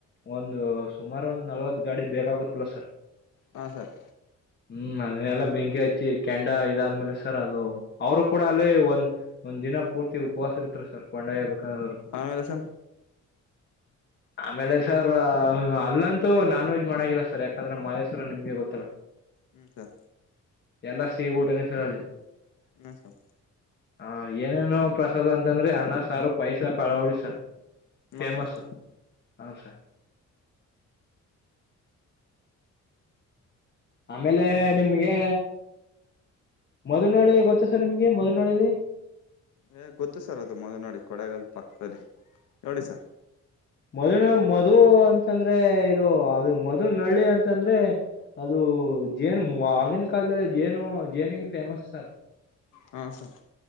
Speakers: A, on the left (about 35°); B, on the left (about 80°).
A: ಒಂದು ಸುಮಾರು ಒಂದ್ ನಲ್ವತ್ ಗಾಡಿ ಬೇಕಾಗುತ್ತಲ್ಲ ಸರ್
B: ಹಾಂ ಸರ್
A: ಹ್ಮ್ ನಾನೆ ಎಲ್ಲ ಬೆಂಕಿ ಅಿ ಕೆಂಡ ಇದಾದ್ಮೇಲೆ ಸರ್ ಅದು ಅವರು ಕೂಡ ಅಲ್ಲಿೇ ಒಂದ್ ಒಂದ್ ದಿನ ಪೂರ್ತಿ ಉಪವಾಸ ಇರ್ತಾರೆ ಸರ್ ಹೊಂಡಯಬೇಕ ಅವರು
B: ಆಮೇಲೆ ಸರ್
A: ಆಮೇಲೆ ಸರ್ ಅಲ್ಲಂತೂ ನಾನ್ ವೆಜ್ ಮಾಡಾಗಿಲ್ಲ ಸರ್ ಯಾಕಂದ್ರೆ ಮಾಹೇಶ್ವರ ನಿಮ್ಗೆ ಗೊತ್ತಲ್ಲಾ
B: ಹ್ಮ ಸ
A: ಎಲ್ಲ ಸಿೇ ಊಟನ ಸರಲ್ಲಿ
B: ಇ ಸ
A: ಹ ಏನೇನು ಪ್ರಸಾದ್ ಅಂತಂದ್ರೆ ಅನ್ನ ಸಾರು ಪೈಸ ಕಳೋಳಿ ಸಾರ್ ಫೇಮಸ್ು
B: ಹಾಂ ಸರ್
A: ಹ ಸರ್ ಆಮೇಲೆ ನಿಮ್ಗೆ ಮೊದ್ನಾಳಿ ಗೊತ್ತಾ ಸರ್ ನಿಮ್ಗೆ ಮೊದ್ಲನಾಳಲ್ಲಿ
B: ಏ ಗೊತ್ತು ಸರ್ ಅದು ಮೊದಲು ನೋಡಿ ಕೊಳಗಲ್ ಪಕ್ಕದಲ್ಲಿ ನೋಡಿ ಸರ್
A: ಮದ್ನ ಮಧು ಅಂತಂದ್ರೆ ಇದು ಅದು ಮದು ನಳ್ಳಿ ಅಂತಂದ್ರೆ ಅದು ಜೇನು ಆಗಿನ ಕಾಲದ ಜೇನು ಜೇನಿಗೆ ಫೇಮಸ್ ಸರ್
B: ಹಾಂ ಸರ್